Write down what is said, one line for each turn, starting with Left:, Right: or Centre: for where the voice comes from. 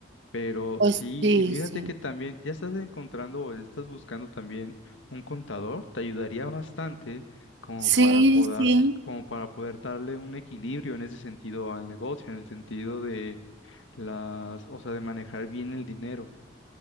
Left: Pero
Right: Pues
Left: sí,
Right: sí,
Left: y fíjate
Right: sí.
Left: que también ya estás encontrando o estás buscando también un contador, te ayudaría bastante como
Right: Sí,
Left: para poder,
Right: sí.
Left: como para poder darle un equilibrio en ese sentido al negocio, en el sentido de las, o sea, de manejar bien el dinero.